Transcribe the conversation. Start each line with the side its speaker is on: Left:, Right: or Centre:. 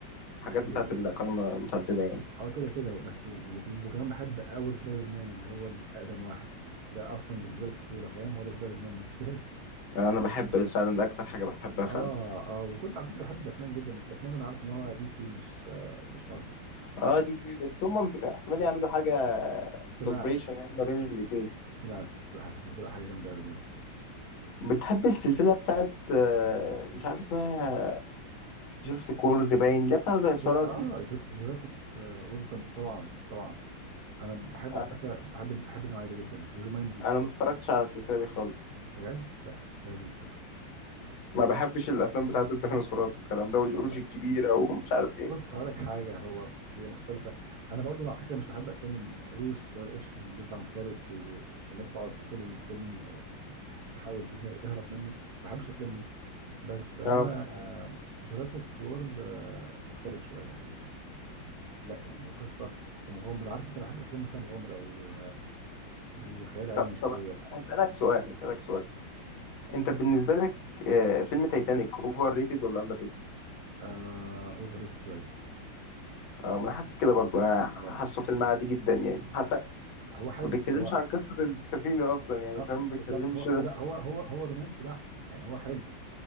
Left: الحاجات
Right: بحب
Left: بتاعت
Right: ال-
Left: الأقاليم المتعددة يعني
Right: اه كده كده بس و- وكمان بحب اول سبايدر مان اللي هو الاقدم واحد ده اصلا بالنسبه لي الطفوله فاهم هو ده سبايدر مان <laughs> بالنسبه لي
Left: يعني انا بحب فعلا ده اكتر حاجة بحبها فعلا
Right: اه اه وكنت على فكره بحب باتمان جدا بس باتمان انا عارف ان هو دي سي مش آه مش مارفل
Left: اه دي سي بس هم احتمال يعملوا حاجة
Right: سمعت
Left: كولابريشن يعني ما بين الاتنين
Right: سمعت هتبقى هتبقى حاجه جامده قوي ده على فكره
Left: بتحب السلسلة بتاعت آه، مش عارف اسمها جيرس كورد باين اللي هي بتاعت الديناصورات
Right: اه
Left: دي
Right: جر- جوراسيك وورلد طب- طبعا طبعا انا بحب
Left: انا
Right: على فكره بحب بحب النوعيه دي جدا وجومانجي
Left: انا ما اتفرجتش على السلسلة دي خالص
Right: بجد لا لازم تشوفها
Left: ما بحبش الافلام بتاعت الديناصورات والكلام ده والقروش
Right: والله
Left: الكبيرة <laughs> ومش عارف ايه
Right: بص هقول لك حاجه هو هي مختلفه انا برضو على فكره مش بحب افلام القروش اللي هو القرش اللي يطلع مفترس و- والناس تقعد طول الفيلم آه، تحاول ته- تهرب منه ما بحبش الافلام دي بس انا
Left: اه
Right: آه، جوراسيك وورلد آه، مختلف شويه يعني لا يعني هو قصه ومغامره عارف انت انا بحب الافلام اللي فيها مغامره و- وخيال علمي
Left: طب
Right: شويه
Left: طب هسألك سؤال هسألك سؤال انت بالنسبه لك آه، فيلم تايتانيك اوفر ريتد ولا اندر ريتد
Right: آه اوفر ريتد شويه
Left: اه ما انا حاسس كده برضو انا
Right: اه
Left: حاسه فيلم عادي جدا يعني حتى
Right: هو حلو
Left: ما بيتكلمش
Right: هو
Left: عن قصه السفينه اصلا يعني
Right: اه
Left: فاهم ما
Right: بالظبط
Left: بيتكلمش
Right: هو لا هو هو هو رومانسي بحت يعني هو حلو